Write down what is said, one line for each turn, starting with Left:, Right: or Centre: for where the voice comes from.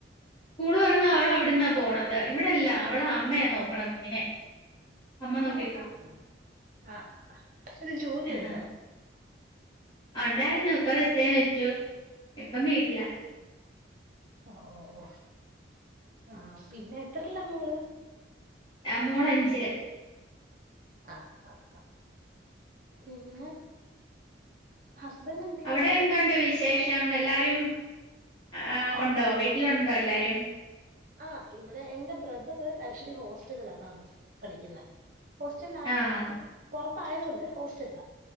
Left: സ്കൂൾ തുറന്നു അവളാവിടെന്നാ പോണത് ഇവിടല്ല അവളെ അമ്മയ നോക്കണെ കുഞ്ഞിനെ അമ്മ
Right: ആഹ്
Left: നോക്കിക്കോളൂ
Right: ആഹ് ആഹ് ഇത് ജോലിയുണ്ടോ
Left: ആഹ് ഉണ്ടായിരുന്നു ഇപ്പൊ റിസൈൻ വെച്ചു ഇപ്പം വീട്ടില
Right: ആഹ്‌ ഓ ഓ ആഹ്‌ പിന്നെ എത്രയില മോൾ
Left: ആഹ് മോൾ അഞ്ചില്
Right: ആഹ് ആ ആ പിന്നെ ഹസ്ബൻഡ് എന്ത് ചെയ്യുവാ
Left: അവിടെ എന്തുണ്ട് വിശേഷ ഷം എല്ലാരും ആ ഉണ്ടോ വീട്ടിലുണ്ടോ എല്ലാരും? ഉം
Right: ആ ഇവിടെ എന്റെ ബ്രദർ ആക്ച്വലി ഹോ സ്റ്റലിലാ താമസിച്ചു പഠിക്കുന്നെ ഹോസ്റ്റലാ
Left: ആഹ്
Right: പുറത് ആയതൊണ്ട് ഹോസ്റ്റലില